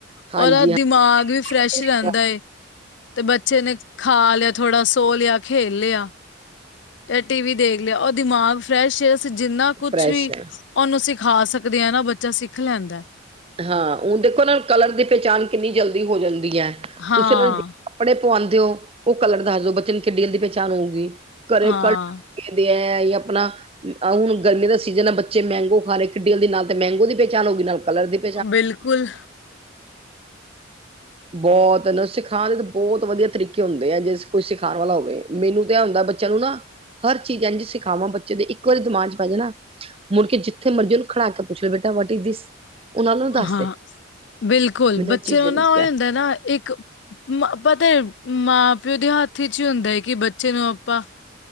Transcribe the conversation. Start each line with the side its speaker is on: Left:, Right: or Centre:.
Right: ਹਾਂਜੀ
Left: ਉਹਦਾ ਦਿਮਾਗ ਵੀ ਫਰੈਸ਼
Right: ਹਾਂ
Left: ਰਹਿੰਦਾ ਏ, ਤੇ ਬੱਚੇ ਨੇ ਖਾ ਲਿਆ। ਥੋੜਾ ਸੌ ਲਿਆ, ਖੇਲ ਲਿਆ। ਜਾਂ ਟੀਵੀ ਦੇਖ ਲਿਆ, ਉਹ ਦਿਮਾਗ ਫਰੈਸ਼ ਅਸੀਂ ਜਿੰਨਾ ਕੁਛ
Right: ਫਰੈਸ਼
Left: ਵੀ
Right: ਹੈ
Left: ਉਹਨੂੰ ਸਿਖਾ ਸਕਦੇ ਆ ਨਾ, ਬੱਚਾ ਸਿੱਖ ਲੈਂਦਾ।
Right: ਹਾਂ ਹੁਣ ਦੇਖੋ, ਇਹਨਾਂ ਨੂੰ ਕਲਰ ਦੀ ਪਹਿਚਾਣ ਕਿੰਨੀ ਜਲਦੀ ਹੋ ਜਾਂਦੀ ਹੈ।
Left: ਹਾਂ
Right: ਤੁਸੀਂ ਕੱਪੜੇ ਪਵਾਉਂਦੇ ਹੋ, ਉਹ ਕਲਰ ਦੱਸ ਦਿਓ, ਬੱਚੇ ਨੂੰ ਕਿੱਡੀ ਜਲਦੀ ਦੀ ਪਹਿਚਾਣ ਹੋਊਗੀ, ਘਰੇ
Left: ਹਾਂ।
Right: ਦੇ ਆ ਆਪਣਾ ਹ ਹੁਣ ਗਰਮੀ ਦਾ ਸੀਜਨ ਆ, ਬੱਚੇ ਮੈੰਗੋ ਖਾ ਰਹੇ, ਕਿੱਡੀ ਜਲਦੀ ਨਾਲ ਤੇ ਮੈੰਗੋ ਦੀ ਪਹਿਚਾਣ ਹੋ ਗਈ, ਨਾਲ ਕਲਰ ਦੀ <unintelligible>
Left: ਬਿਲਕੁਲ।
Right: ਬਹੁਤ, ਸਿਖਾਉਣ ਦੇ ਤਾਂ, ਬਹੁਤ ਵਧੀਆ ਤਰੀਕੇ ਹੁੰਦੇ ਆ, ਜੇ ਕੋਈ ਸਿਖਾਉਣ ਵਾਲਾ ਹੋਵੇ। ਮੈਨੂੰ ਤਾਂ ਐ ਹੁੰਦਾ, ਬੱਚਿਆਂ ਨੂੰ ਨਾ ਹਰ ਚੀਜ਼ ਇੰਝ ਸਿਖਾਵਾਂ, ਬੱਚੇ ਦੇ ਇੱਕ ਵਾਰੀ ਦਿਮਾਗ ਚ ਪੈ ਜਾਏ ਨਾ। ਮੁੜਕੇ, ਜਿੱਥੇ ਮਰਜ਼ੀ ਉਹਨੂੰ ਖੜਾ ਕੇ ਪੁੱਛ ਲਉ ਬੇਟਾ, ਵਟ ਇਜ ਦਿਸ? ਉਹ ਨਾਲ ਉਹਨੂੰ ਦੱਸ
Left: ਹਾਂ,
Right: ਦੇ
Left: ਬਿਲਕੁਲ
Right: ਮੈਨੂੰ
Left: ਬੱਚੇ
Right: ਇਹ ਚੀਜ਼
Left: ਨੂੰ
Right: ਹੁੰਦੀ
Left: ਨਾ ਹੁੰਦਾ
Right: ਆ
Left: ਨਾ ਇੱਕ ਮ ਪਤਾ ਏ ਮਾਂ ਪਿਓ ਦੇ ਹੱਥ ਵਿਚ ਹੀ ਹੁੰਦਾ ਹੈ ਕਿ ਬੱਚੇ ਨੂੰ ਆਪਾਂ